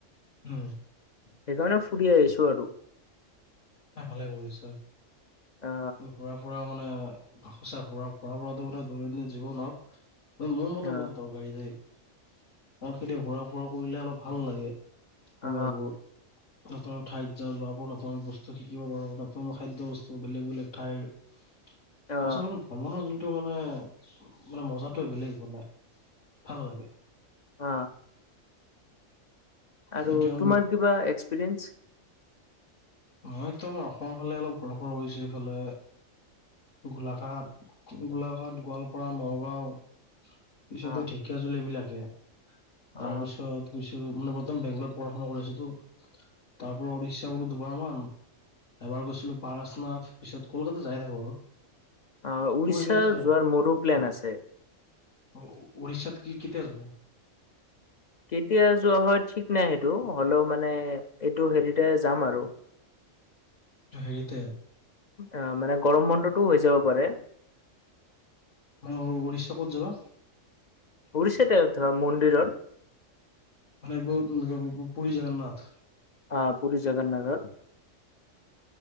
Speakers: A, on the left; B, on the left.
A: উম।
B: সেইকাৰণে ফুৰি আহিছো আৰু।
A: নাই ভালে কৰিছা
B: অ
A: ঘূৰা ফুৰা মানে সচাঁ ঘূৰা ফুৰাটো দৈনন্দিন জীৱনত নহয় মোৰ মতে
B: অ
A: বহুত দৰকাৰী দেই। কাৰণ সেইটোৱে ঘূৰা ফুৰা কৰিলে অলপ ভাল লাগে সময়বোৰ।
B: অ
A: ক'ত ঠাইত যে উলাব নাপাওঁ বচ। শিকিব পাৰো নতুন খাদ্য বস্তু বেলেগ বেলেগ ঠাইৰ সছাঁ
B: অ
A: ভ্ৰমণৰ যে। এইটো মানে মানে মজাতো বেলেগ বনাই ভাল লাগে।
B: অ। আৰু
A: সেইটোৱে
B: তোমাৰ
A: মানে
B: কিবা এক্সপিৰিয়েন্ঞ্চ।
A: নহয় এইটো আমাৰ অসমৰ ফালে অলপ বৰষুণ হৈছে এইফালে। গোলাঘাট গোলাঘাট গোৱালপাৰা নগাঁও। পিছত
B: অ
A: ঢেঁকীয়া জলী এই বিলাকে তাৰ
B: অ
A: পিছত গৈছো মানে। একদম বেংগলত পঢ়া শুনা কৰি আছটো তাৰ পৰা উৰিশ। এ বোলো দুবাৰ মান এবাৰ গৈছিলো পাৰনাথ পিছত কলকাতাযাই থাকো আৰু।
B: অ উৰিষ্যা
A: মোৰ এইকেইটা ঠাই
B: যোৱাৰ মোৰো প্লেন আছে।
A: অ উৰিষ্যাত কি কি তেল।
B: কেতিয়া যোৱা হয় ঠিক নাই সেইটো হলেও মানে এইটো হেৰিতে যাম আৰু।
A: হেৰিতে।
B: অ মানে গৰম বন্ধতটোও হৈ যাব পাৰে।
A: অ উৰিষ্যা ক'ত যাবা।
B: উৰিষ্যাতে এ ধৰা মন্দিৰত।
A: মানে পুৰী জগন্নাথ।
B: অ পুৰী জগন্নাথৰ।